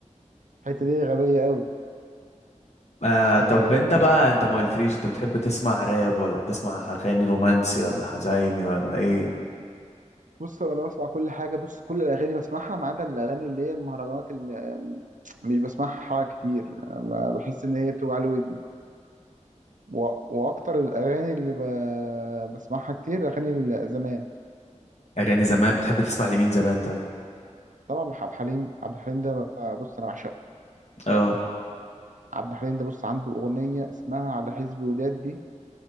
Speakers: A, on the right (about 80°); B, on the left (about 60°).
A: الحته دي غبيه قوي
B: آه
A: يعني
B: طب انت بقى انت ما قلتليش انت بتحب تسمع راب ولا بتسمع اغاني رومانسي ولا حزيني ولا ايه
A: بص انا بسمع كل حاجه بص كل الاغاني بسمعها ما عدا الاغاني اللي هي المهرجانات اللي مش بسمعها كتير انا ب- بحس ان هي بتوجع لي ودني و... واكتر الاغاني اللي ب... بسمعها كتير اغاني زمان
B: اغاني زمان بتحب تسمع لمين زمان طيب
A: طبعا عبد الحليم عبد الحليم ده بقى- بص انا بعشقه
B: اه
A: عبد الحليم ده بص عنده اغنيه اسمها على حسب وداد دي